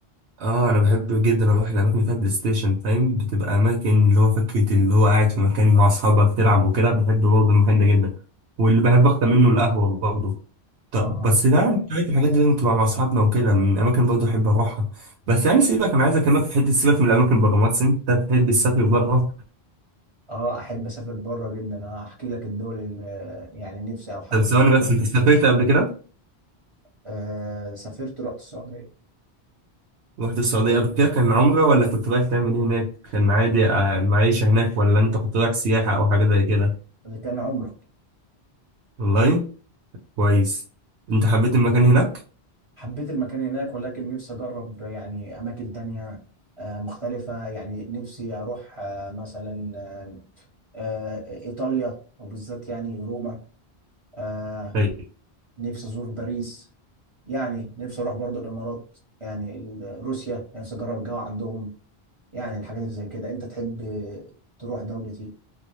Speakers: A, on the right (about 85°); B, on the right (about 35°).
A: اه انا بحب جدا اروح الاماكن اللي فيها بلاي ستيشن فاهم بتبقى اماكن اللي هو فكره اللي هو قاعد في مكان مع اصحابك تلعب وكده بحب برضه المكان ده جدا واللي بحب اكتر منه القهوه برضه طب
B: آه
A: بس ده يعني بتاعت الحاجات دي لازم تبقى مع اصحابنا وكده من الاماكن برضه احب اروحها بس يعني سيبك انا عايز اكلمك في حته سيبك من الاماكن بره مصر انت بتحب تسافر بره
B: آه أحب أسافر بره جدا أنا هحكي لك الدول اللي يعني نفسي أو حاجة
A: طب ثواني بس انت سافرت قبل كده
B: آه سافرت رحت السعودية
A: رحت السعوديه قبل كده كان عمره ولا كنت رايح تعمل ايه هناك كان عادي آه، معيشه هناك ولا انت كنت رايح سياحه او حاجه زي كده
B: ده كان عمرة
A: والله كويس انت حبيت المكان هناك
B: حبيت المكان هناك ولكن نفسي أجرب يعني أماكن تانية آه، مختلفة يعني نفسي أروح آه، مثلا آه، آه، إيطاليا وبالذات يعني روما آه،
A: اي
B: نفسي أزور باريس يعني نفسي أروح برضو الإمارات يعني ال- روسيا نفسي أجرب الجو عندهم يعني الحاجات اللي زي كده أنت تحب تروح دولة إيه؟